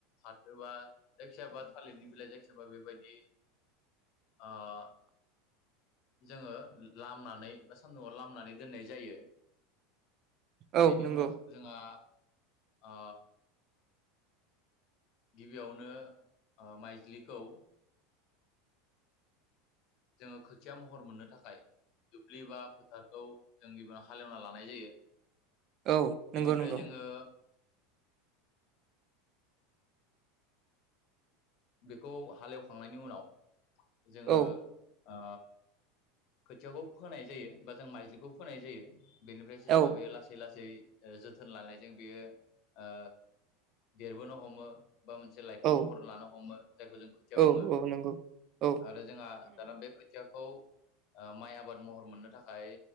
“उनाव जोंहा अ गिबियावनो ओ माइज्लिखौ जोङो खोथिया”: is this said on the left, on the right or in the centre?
Left